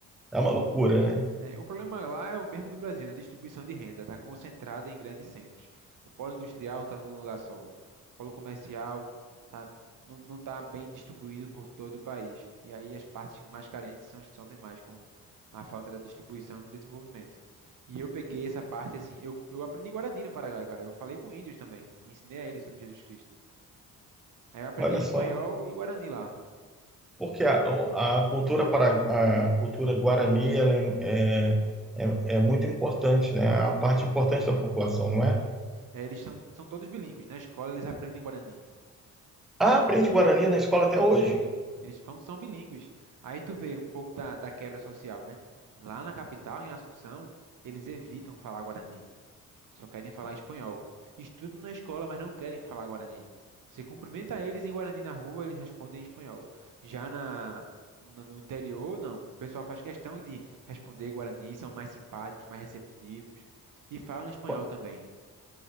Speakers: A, in the centre; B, on the right.
A: É uma loucura, né?
B: É, o problema lá é o mesmo do Brasil, né? Distribuição de renda está concentrada em grandes centros. O polo industrial está num lugar só. O polo comercial tá, não não está bem distribuído por todo o país. E aí as partes mais carentes são as que sofrem mais com a falta da distribuição e desenvolvimento. E eu peguei essa parte assim. Eu, eu aprendi Guarani no Paraguai, cara. Eu falei com índios também. Ensinei a eles sobre Jesus Cristo. Aí eu aprendi
A: Olha
B: espanhol
A: só.
B: e Guarani lá.
A: Porque a, a cultura para, a cultura guarani ela é, é, é é muito importante, né? É A parte importante da população, não é?
B: É, eles são, são todos bilíngues. Na escola eles aprendem Guarani.
A: Ah, aprende Guarani na escola até
B: Aprende.
A: hoje.
B: Eles são, são bilíngues. Aí tu vê um pouco da, da quebra social, né? Lá na capital, em Assunção, eles evitam falar guarani. Só querem falar espanhol. Estudam na escola, mas não querem falar guarani. Você cumprimenta eles em guarani na rua, eles respondem em espanhol. Já na, no, no interior, não. O pessoal faz questão de responder guarani, são mais simpáticos, mais receptivos. E falam espanhol
A: Qu-
B: também.